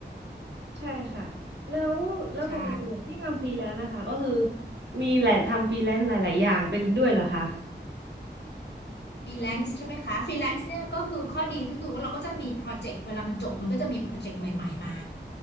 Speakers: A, on the right; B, on the left.
A: ใช่ค่ะแล้วแล้วปกติที่ทำฟรีแลนซ์นะคะก็คือ
B: ใช่
A: มีหลายทำฟรีแลนซ์หลายๆอย่างเป็นด้วยเหรอคะ
B: ฟรีแลนซ์ใช่ไหมคะฟรีแลนซ์เนี่ยก็คือข้อดีก็คือว่าเราก็จะมีโปรเจกต์เวลามันจบมันก็จะมีโปรเจกต์ใหม่ๆมา